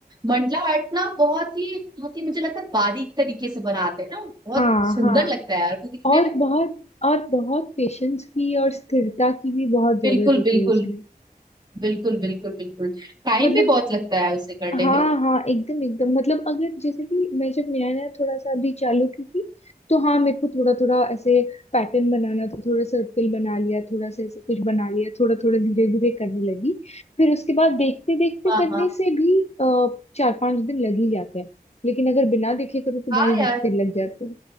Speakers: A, on the right; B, on the left.
A: मंडला आर्ट ना बहुत ही बहुत ही मुझे लगता है बारीक तरीके से बनाते हैं ना बहुत
B: हाँ
A: सुंदर
B: हाँ
A: लगता है यार वो दिखने
B: और
A: में
B: बहुत और बहुत पेशेंस की और स्थिरता की भी बहुत
A: बिल्कुल
B: जरूरत होती
A: बिल्कुल
B: है इसमें
A: बिल्कुल बिल्कुल बिल्कुल टाइम
B: मतलब
A: भी बहुत लगता है उसे करने
B: हाँ
A: में
B: हाँ एकदम एकदम मतलब अगर जैसे कि मैं जब नया नया थोड़ा सा अभी चालू की थी तो हाँ मेरे को थोड़ा थोड़ा ऐसे पैटर्न बनाना था थोड़ा सर्कल बना लिया थोड़ा सा ऐसे कुछ बना लिया थोड़ा थोड़ा धीरे धीरे करने लगी फिर उसके बाद देखते देखते
A: हाँ
B: करने
A: हाँ
B: से भी अ, चार पांच दिन लग ही जाते हैं लेकिन अगर बिना देखे करो तो
A: हाँ
B: भाई हफ्ते
A: यार
B: लग जाते हैं